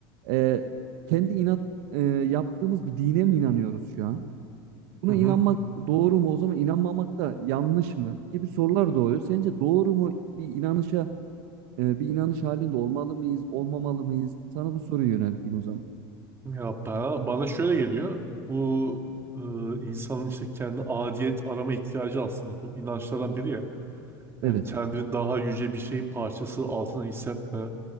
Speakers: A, on the right; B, on the right.
A: Ee, kendi inat e, yaptığımız bir dine mi inanıyoruz şu an? Buna
B: Hı hı.
A: inanmak doğru mu? O zaman inanmamak da yanlış mı? Gibi sorular doğuyor. Sence doğru mu bir inanışa e, bir inanış halinde olmalı mıyız, olmamalı mıyız? Sana bu soruyu yönelteyim o zaman.
B: Ya bana, bana şöyle geliyor. Bu e, insanın işte kendi adiyet arama ihtiyacı aslında bu. İnançlardan biri ya. Yani
A: Evet.
B: kendini daha yüce bir şeyin parçası altına hissetme,